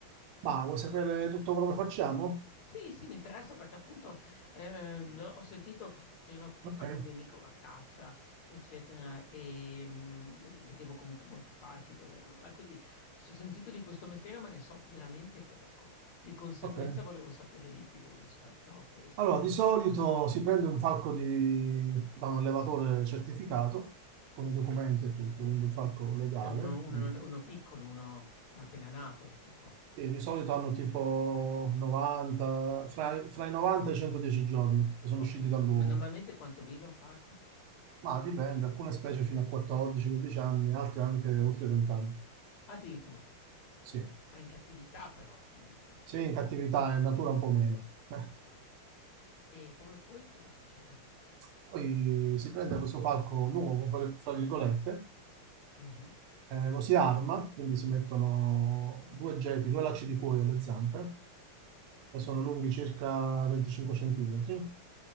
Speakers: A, on the right; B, on the left.
A: Ma vuoi sapere tutto quello che facciamo?
B: Sì, sì, mi interessa perché appunto ehm, ho sentito che c'erano
A: Ok,
B: anche un mio amico va a caccia, eccetera, e mm, vedevo comunque molti falchi dove erano là. Quindi so- ho sentito di questo mestiere, ma ne so veramente poco. Di conseguenza
A: ok.
B: volevo sapere di più rispetto a questo.
A: Allora, di solito si prende un falco di- da un allevatore certificato, con i documenti e tutto, quindi un falco legale.
B: C'è uno, uno-
A: Quindi-
B: uno piccolo, uno, uno appena nato, tipo.
A: e di solito hanno tipo 90, fra, fra i 90 e i 110 giorni che sono
B: Ok,
A: usciti dall'uovo.
B: Ma normalmente quanto vive un falco?
A: Ma dipende, alcune specie fino a 14-15 anni, altre anche oltre 20 anni.
B: Addirittura.
A: Sì,
B: Okay, ma in cattività però, nel senso.
A: sì, in cattività è in natura un po' meno. Eh.
B: Okay. E come poi cosa succede?
A: Poi si prende questo falco nuovo, fra fra virgolette,
B: Mh-mh.
A: eh, lo si arma, quindi si mettono due geti, due lacci di cuoio alle zampe, che sono lunghi circa 25 centimetri.